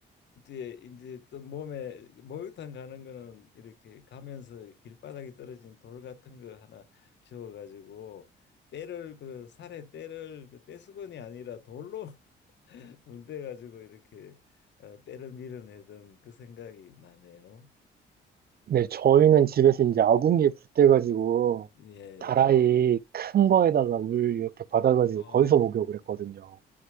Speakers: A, on the left (about 65°); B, on the right (about 50°).
A: 이제 이제 또 몸에 목욕탕 가는 거는 이렇게 가면서 길바닥에 떨어진 돌 같은 거 하나 주워 가지고 때를 그 살에 때를 그 때수건이 아니라 돌로 <laughs> 문대 가지고 이렇게 어, 때를 밀어내던 그 생각이 나네요.
B: 네, 저희는 집에서 이제 아궁이에 불 때가지고
A: 예. 예.
B: 다라이 큰 거에다가 물 이렇게 받아가지고
A: 어,
B: 거기서 목욕을 했거든요.